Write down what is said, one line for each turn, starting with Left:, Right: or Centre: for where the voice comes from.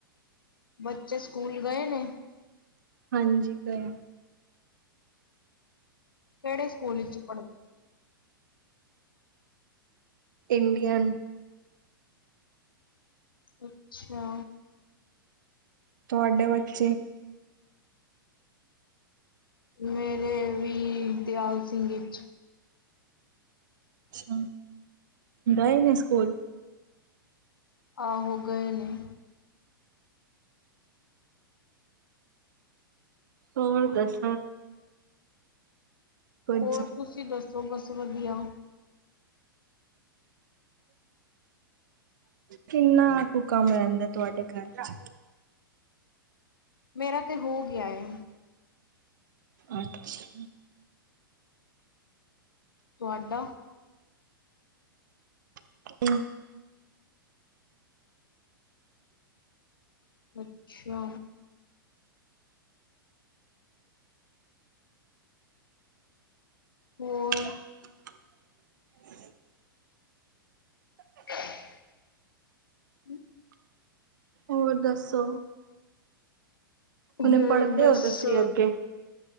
Left: ਬੱਚੇ ਸਕੂਲ ਗਏ ਨੇ।
Right: ਹਾਂਜੀ ਗਏ।
Left: ਕਿਹੜੇ ਸਕੂਲ ਵਿੱਚ ਪੜ੍ਹਦੇ ਨੇ।
Right: ਇੰਡੀਅਨ।
Left: ਅੱਛਾ।
Right: ਤੁਹਾਡੇ ਬੱਚੇ।
Left: ਮੇਰੇ ਵੀ ਦਿਆਲ ਸਿੰਘ ਚ।
Right: ਅੱਛਾ ਗਏ ਨੇ ਸਕੂਲ।
Left: ਆਹੋ ਗਏ ਨੇ।
Right: ਹੋਰ ਦਸ। ਕੁਝ
Left: ਹੋਰ ਤੁਸੀਂ ਦੱਸੋ, ਬਸ ਵਧੀਆ।
Right: ਕਿੰਨਾ ਕੁ ਕਮ ਰਹਿੰਦਾ ਤੁਹਾਡੇ ਘਰ ਚ।
Left: ਮੇਰਾ ਤਾਂ ਹੋ ਗਿਆ ਏ।
Right: ਅੱਛਾ।
Left: ਤੁਹਾਡਾ।
Right: <unintelligible>
Left: ਅੱਛਾ। <inaudible>
Right: <inaudible>
Left: <inaudible>
Right: ਹੋਰ ਦੱਸੋ। ਹੁਣੇ
Left: ਹੋਰ
Right: ਪੜ੍ਹਦੇ
Left: ਬਸ।
Right: ਹੋ ਤੁਸੀਂ ਅੱਗੇ?